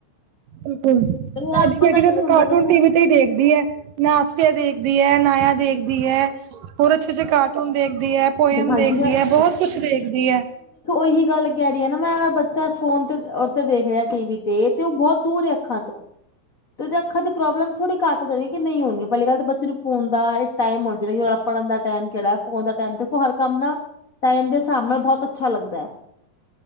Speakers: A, on the right (about 75°); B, on the left (about 80°).
A: ਬਿਲਕੁਲ
B: ਤੇ ਨਾਲ
A: ਸਾਡੀ
B: ਪਤਾ
A: ਬੇਟੀ ਤਾਂ
B: ਕੀ ਹੁੰਦਾ
A: ਕਾਰਟੂਨ
B: ਦੇਖੋ
A: ਟੀ ਵੀ ਤੇ ਹੀ ਦੇਖਦੀ ਹੈ ਨਾਸਤੇ ਦੇਖਦੀ ਹੈ ਨਾਇਆ ਦੇਖਦੀ ਹੈ ਹੋਹੁਰ ਅੱਛੇ ਅੱਛੇ ਕਾਰ ਦੇਖਦੀ ਹੈ ਪੋਇਮ
B: ਹਾਂਜੀ
A: ਦੇਖਦੀ ਹੈ ਬਹੁਤ ਕੁਛ ਦੇਖਦੀ ਹੈ
B: ਇਹੀ ਗੱਲ ਕਹਿ ਰਹੀ ਹੈ ਨਾ ਮੈਂ ਅਗਰ ਬੱਚਾ ਫੋਨ ਤੇ ਉਥ ਦੇਖ ਰਿਹਾ ਟੀ ਵੀ ਤੇ ਤੇ ਉਹ ਬਹੁਤ ਦੂਰ ਹੀ ਅੱਖਾਂ ਤੋਂ ਤੇ ਉਹਦੇ ਅੱਖਾਂ ਦੀ ਪ੍ਰੋਬਲਮਸ ਥੋੜੀ ਘੱਟ ਦੇਗੀ ਨਹੀਂ ਹੋਣੀਆਂ ਪਹਿਲੀ ਗੱਲ ਤਾਂ ਬੱਚੇ ਨੂੰ ਫੋਨ ਦਾ ਇਹ ਟਾਈਮ ਹੋਣਾ ਚਾਹੀਦਾ ਕਿ ਪੜਨ ਦਾ ਟਾਈਮ ਕਿਹੜਾ ਪਰਣ ਦਾ ਟਮ ਦੇਖੋ ਹਰ ਕੰਮ ਨਾ ਟਾਈਮ ਦੇ ਹਿਸਾਬ ਨਾਲ ਬਹੁਤ ਅੱਛਾ ਲੱਗਦਾ ਹੈ